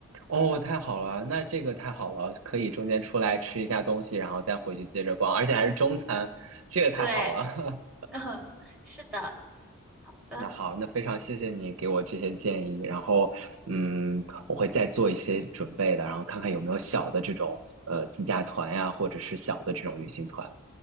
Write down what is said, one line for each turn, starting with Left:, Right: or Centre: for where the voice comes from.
Right: 哦，太好了，那这个太好了，可以中间出来吃一下东西，然后再回去接着逛，而且还是中餐，这个太好了。
Centre: 对，<laughs>
Right: <laughs>
Centre: 嗯，是的，好的，
Right: 那好，那非常谢谢你给我这些建议，然后嗯，我会再做一些准备的，然后看看有没有小的这种呃自驾团呀，或者是小的这种旅行团。